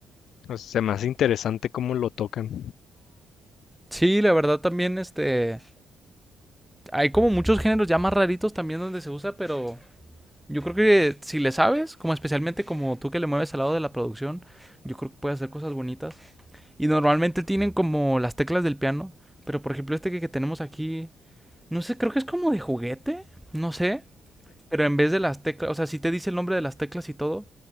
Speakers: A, on the left (about 70°); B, in the centre.
A: o sea, se me hace interesante cómo lo tocan.
B: Sí, la verdad también este hay como muchos géneros ya más raritos también donde se usa, pero yo creo que si le sabes, como especialmente como tú que le mueves al lado de la producción, yo creo que puedes hacer cosas bonitas. Y normalmente tienen como las teclas del piano, pero por ejemplo este que, que tenemos aquí, no sé, creo que es como de juguete, no sé. Pero en vez de las teclas, o sea, sí te dice el nombre de las teclas y todo,